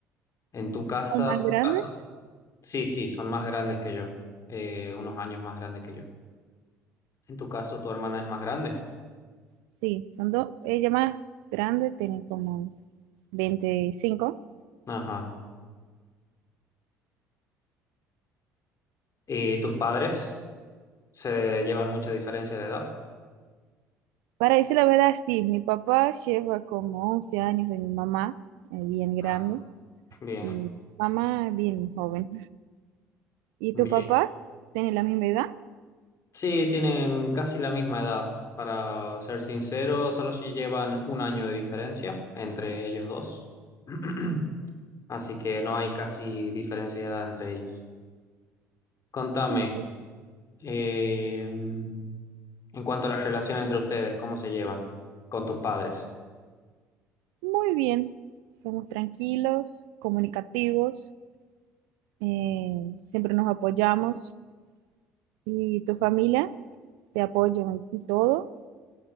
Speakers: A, on the left (about 40°); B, on the right (about 70°).
A: En tu casa,
B: ¿Son más
A: tu
B: grandes?
A: caso- sí, sí, son más grandes que yo, eh, unos años más grandes que yo. En tu caso, tu hermana es más grande.
B: Sí, son dos. Ella más grande tiene como 25.
A: Ajá. ¿Y tus padres se llevan mucha diferencia de edad?
B: Para decir la verdad, sí, mi papá lleva como 11 años de mi mamá, eh, bien grande,
A: Ah, bien,
B: y mamá bien joven. ¿Y
A: bien.
B: tus papás tienen la misma edad?
A: Sí, tienen casi la misma edad. Para ser sincero, solo si llevan un año de diferencia entre ellos dos. <clears throat> Así que no hay casi diferencia de edad entre ellos. Contame,
B: Bien.
A: eh, en cuanto a la relación entre ustedes, ¿cómo se llevan con tus padres?
B: Muy bien, somos tranquilos, comunicativos. eh, siempre nos apoyamos y tu familia te apoya y todo.